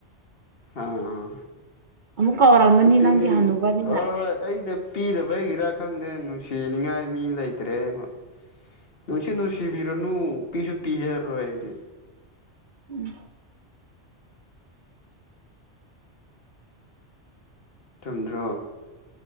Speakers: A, on the left; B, on the right.
A: ꯑꯑ
B: ꯑꯃꯨꯛ ꯀꯧꯔꯝꯃꯅꯤ
A: ꯑ ꯄꯨꯛꯅꯤꯡ
B: ꯅꯪꯗꯤ ꯍꯅꯨꯕꯅꯤꯅ
A: ꯍꯣ ꯍꯣꯏ ꯑꯩꯅ ꯄꯤꯅꯤꯡ ꯄꯤꯗꯕꯩꯒꯤꯔꯥ ꯈꯪꯗꯦ ꯅꯨꯡꯁꯤꯅꯤꯡꯉꯥꯏ ꯃꯤ ꯂꯩꯇ꯭ꯔꯦꯕ ꯅꯨꯡꯁꯤ ꯅꯨꯡꯁꯤꯕꯤ ꯔꯨꯅꯨ ꯄꯤꯖꯨ ꯄꯤꯖꯥꯔꯣꯏ ꯑꯩꯗꯤ
B: ꯎꯝ
A: ꯆꯨꯝꯗ꯭ꯔꯣ